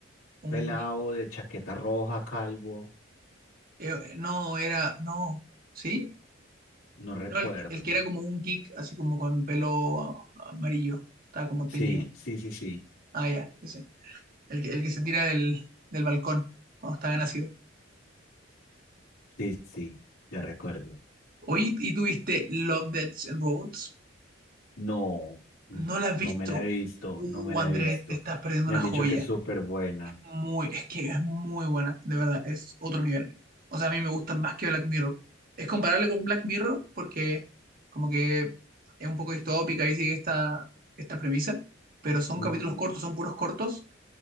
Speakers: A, on the right (about 50°); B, on the left (about 85°).
A: un,
B: pelado de chaqueta roja, calvo,
A: eh, no, era, no, ¿sí?
B: no recuerdo.
A: No, el, el que era como un geek, así como con pelo amarillo, estaba como
B: Sí,
A: teñido.
B: sí, sí, sí,
A: Ah, ya, ese. El, que- el que se tira del, del balcón cuando estaba nacido.
B: sí, sí, ya recuerdo.
A: Oye, ¿y tuviste Love, Death and Robots?
B: No, n-
A: ¿No la has
B: no
A: visto?
B: me la he visto,
A: Uh,
B: no me la
A: Andrés,
B: he visto.
A: te estás perdiendo
B: Me
A: una
B: han
A: joya.
B: dicho que es súper buena.
A: Muy, es que es muy buena, de verdad, es otro nivel. O sea, a mí me gusta más que Black Mirror. Es comparable con Black Mirror porque como que es un poco distópica y sigue esta, esta premisa, pero son
B: Ujú.
A: capítulos cortos, son puros cortos,